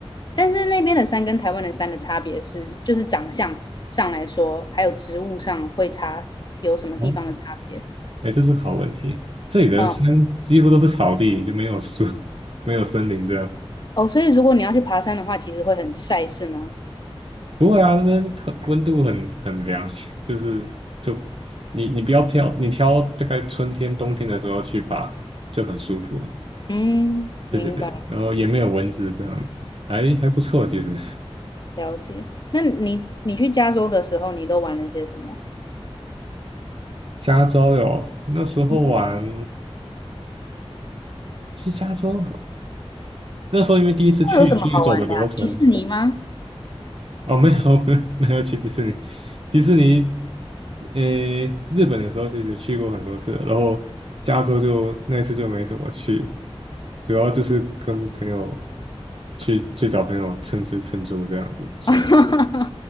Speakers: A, on the left; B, on the right.
A: 但是那边的山跟台湾的山的差别是，就是长相上来说，还有植物上会差，有什么地方的差别？
B: 哦，哎，这是个好问题，这里的山几乎都是草地，
A: 嗯，
B: 就没有树，没有森林这样。
A: 哦，所以如果你要去爬山的话，其实会很晒，是吗？
B: 不会啊，那边很温度很很凉，<laughs> 就是就你你不要挑，你挑大概春天冬天的时候去爬就很舒服了
A: 嗯，
B: 对对对，
A: 明白，
B: 然后也没有蚊子这样子，还还不错其实。
A: 了解。那你你去加州的时候，你都玩了些什么？
B: 加州有，那时候玩
A: 嗯，
B: 去加州，那时候因为第一次去，
A: 会有什么好玩的啊迪士尼吗？
B: 去走的流程哦，没有 <laughs> 没有没有去迪士尼，迪士尼，呃，日本的时候其实去过很多次了然后加州就那次就没怎么去，主要就是跟朋友去去找朋友蹭吃蹭住这样子去，
A: <laughs>